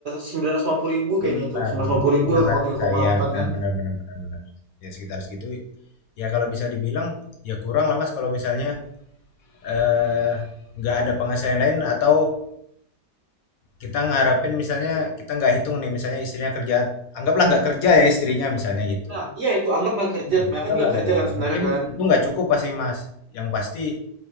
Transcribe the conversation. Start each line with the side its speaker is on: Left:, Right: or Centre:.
Right: 950 ribu
Left: bulan
Right: kayaknya itu. sembilan ratus lima puluh ribu
Left: dengan
Right: lah kalau
Left: rasa
Right: tiga
Left: saya
Right: koma delapan
Left: benar
Right: kan.
Left: benar benar benar benar ya sekitar segitu ya kalau bisa dibilang ya kurang lah mas kalau misalnya eh nggak ada penghasilan lain atau kita ngarapin misalnya kita nggak hitung nih misalnya istrinya kerja anggaplah nggak kerja ya istrinya misalnya gitu
Right: Nah, iya itu anggap nggak kerja.
Left: Hmm,
Right: Kebanyakan
Left: Enggak
Right: nggak
Left: lah,
Right: kerja
Left: enggak,
Right: kan sebenarnya
Left: Mungkin
Right: kan.
Left: itu nggak cukup pasti Mas. Yang pasti